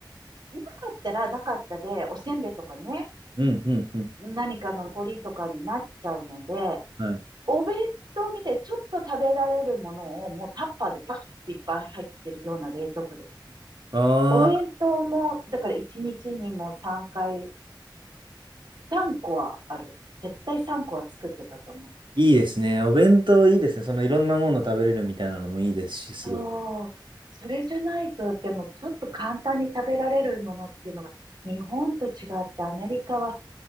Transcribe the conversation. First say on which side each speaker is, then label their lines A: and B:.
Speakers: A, on the right (about 60°); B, on the right (about 80°).
A: なかったらなかったで、おせんべいとかね、
B: うんうんうん。
A: 何かの残りとかになっちゃうので、
B: はい。
A: お弁当みたいにちょっと食べられるものをもうタッパーでバッていっぱい入ってるような冷蔵庫ですね。
B: ああ、
A: お弁当も、だから1日にちにも3回、3個はある。絶対3個は作ってたと思う。
B: いいですね。お弁当いいですね。そのいろんなもの食べれるみたいなのもいいですし、すごく。
A: そう。それじゃないと、でもちょっと簡単に食べられるものっていうのが、日本と違ってアメリカは、